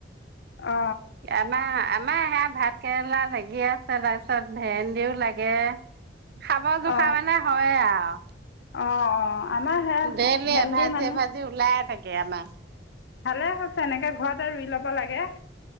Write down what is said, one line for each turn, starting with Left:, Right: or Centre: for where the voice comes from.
Left: অ
Right: আমা আমাৰ সেয়া ভাত কেৰেলা লাগি আছে। তাৰপিছত ভেন্দিও লাগে খাব খাই
Left: অ
Right: মানে হয়ে আৰু
Left: অ অ। আমাৰ সে
Right: দেইলি
Left: ভেন্দি
Right: এভাজি
Left: মানে
Right: এভাজি ওলাই থাকে। কে আমা।
Left: ভালে হৈছে এনেকে ঘৰত আৰু ৰুই ল'ব লাগে। কে